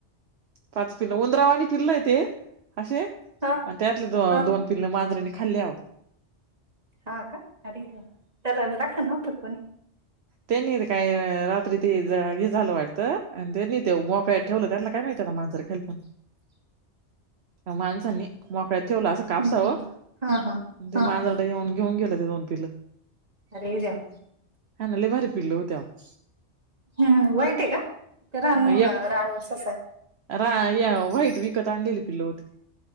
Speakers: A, on the right; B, on the right.
A: पाच पिल्लं उंदरावानी पिल्लं आहे ते असे
B: हा
A: त्यातले द
B: हा
A: -दोन. पिल्लं मांजरीनी खाल्ली आवं.
B: हा का अरे देेवा, त्यालाना राखण नव्हंत का कोणी.
A: त्यांनी ते काय रात्री ते हे झालं वाटतं आणि त्यांनी ते मोकळ्यात ठेवलं त्याना काय माहिती ना माजंर. हेल्प <inaudible>
B: <unintelligible>
A: माणसांनी मोकळ्यात ठेवलं असं कापसावर
B: हम्म हम्म हा हा.
A: ते
B: हा
A: मांजरडं
B: हा
A: येऊन घेऊन गेलं ते दोन पिलं.
B: अरे देवा,
A: हे ना लईभारी पिल्लं होती अवं.
B: हूं व्हाईट आहे का ते रानु
A: एक
B: - रानु ससा
A: रा - या व्हाईट विकत आणलेले पिल्लं होते